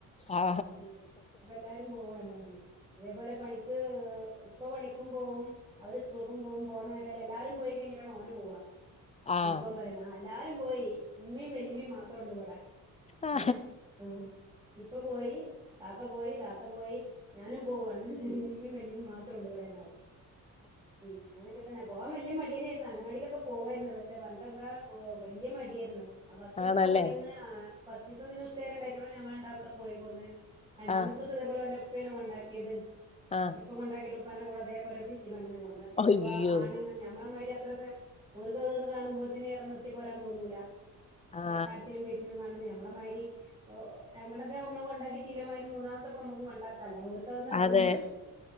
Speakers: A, on the left (about 20°); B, on the right (about 15°).
A: ആ
B: മം അപ്പൊ എല്ലാരും പോവാണ് പറഞ്ഞ്. ഇതേപോലെ പണിക്ക് ഉപ്പ പണിക്കും പോവും, അവര് സ്കൂള്ക്കും പോവും പോകണ നേരായാല് എല്ലാരും പോയി കഴിഞ്ഞിട്ടാണ് ഓന് പോവ
A: ആ
B: അപ്പോ ഓൻ പറയണ് ആഹ് എല്ലാരും പോയി ഉമമീം വല്ലിമ്മേം മാത്രേ ഒള്ളൂ ഇവിടെ
A: ആ.
B: ഏഹ് ആഹ് ഇപ്പ പോയി, കാക്ക പോയി താത്ത പോയി, ഞാനും പോവാണ് ഉമ്മേം വല്ലിമ്മേം മാത്രൊള്ളു ഇവിടെന്ന് പറയും മം പോവാൻ വല്യ മടിയനേയിരുന്ന് അംഗനാടിയിലൊക്കെ പോവായിരുന്നു, പക്ഷെ പറഞ്ഞിട്ട് എന്താ വല്യ മടിയേർന്ന്. ഫസ്റ്റീസം
A: ആണല്ലേ
B: പോയന്ന് ഫസ്റ്റീസം പിന്നെ ഉച്ചവരെ ഉണ്ടായിട്ടൊള്ളോ ഞങ്ങള് രണ്ടാളും കൂടെ പോയി പോന്ന്. രണ്ടാമത്തെ
A: ആ
B: ദിവസം അതേപൊലെ ഓന്റെ ഉപ്പേണ് കൊണ്ടാക്കിയത്
A: ആ
B: ഉപ്പ കൊണ്ടാക്കിട്ട് ഉപ്പാന്റെ കൂടെ അതേപോലെ തിരിച്ച് ഇങ്ങട്ട് തന്നെ പോന്ന്. പിന്നെപ്പോ
A: അയ്യോ
B: ആണ് ഞമ്മളെ മാതിരി അത്ര ഓർക്ക് അത് കാണുമ്പോത്തിന് അവിടെ നിർത്തി പോരാൻ തോന്നൂല.
A: ആ
B: കരച്ചിലും പിരിച്ചിലും കാണും ഞമ്മളെ മാതിരി രണ്ടെണത്തിനെ നമ്മള് കൊണ്ടാക്കി ശീലമായി, മൂന്നാമത്തെ നമുക്ക് കൊണ്ടാ ക്കാലോ ഓർക്ക് അതൊന്നും അറിയില്ല
A: അതെ